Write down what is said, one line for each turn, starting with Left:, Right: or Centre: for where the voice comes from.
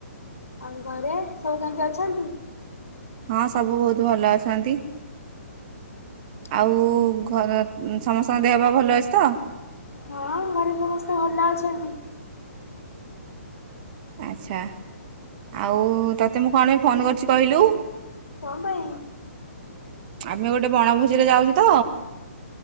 Left: ଆଉ ଘରେ ସବୁ କେମିତି ଅଛନ୍ତି?
Right: ହଁ ସବୁ ବହୁତ ଭଲ ଅଛନ୍ତି।
Left: ଆଚ୍ଛା।
Right: ଆଉ ଘର ସମସ୍ତଙ୍କ ଦେହ ପା ଭଲ ଅଛି ତ।
Left: ହଁ ଘରେ ସମସ୍ତେ ଭଲ ଅଛନ୍ତି।
Right: ଆଚ୍ଛା ଆଉ ତୋତେ ମୁଁ କଣ ପାଇଁ ଫୋନ୍ କରିଛି କହିଲୁ।
Left: କଣ ପାଇଁ?
Right: ଆମେ ଗୋଟେ ବଣଭୋଜି ରେ ଯାଉଛୁ ତ